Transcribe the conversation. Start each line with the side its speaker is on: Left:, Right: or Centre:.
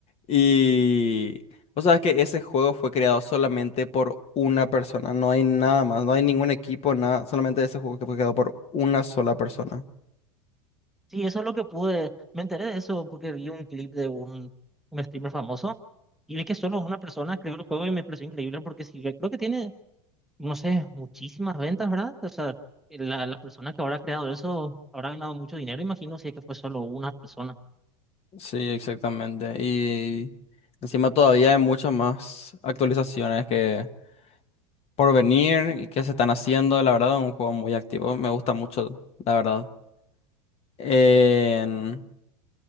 Left: Y vos sabés que ese juego fue creado solamente por una persona, no hay nada más, no hay ningún equipo, nada, solamente ese juego que fue creado por una sola persona.
Centre: Sí, eso es lo que pude, me enteré de eso porque vi un clip de un, un streamer famoso y vi que solo una persona creó el juego y me pareció increíble porque sí, creo que tiene no sé, muchísimas ventas, ¿verdad? O sea, la, la persona que habrá creado eso habrá ganado mucho dinero, imagino, si es que fue solo una persona.
Left: Sí, exactamente. Y encima todavía hay muchas más actualizaciones que por venir y que se están haciendo. La verdad, es un juego muy activo. Me gusta mucho, la verdad. En-